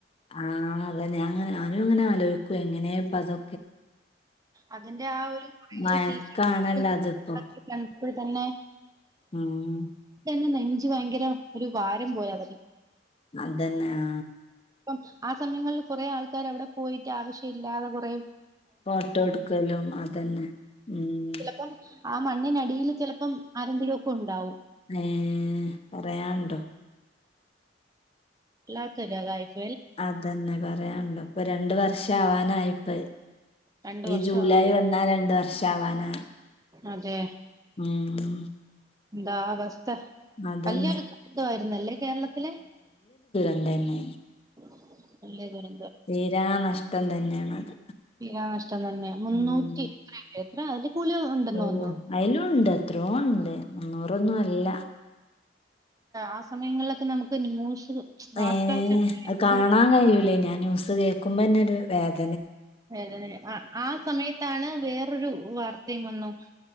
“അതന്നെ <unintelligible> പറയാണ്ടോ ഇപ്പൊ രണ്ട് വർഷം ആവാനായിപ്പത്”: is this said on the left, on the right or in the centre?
Left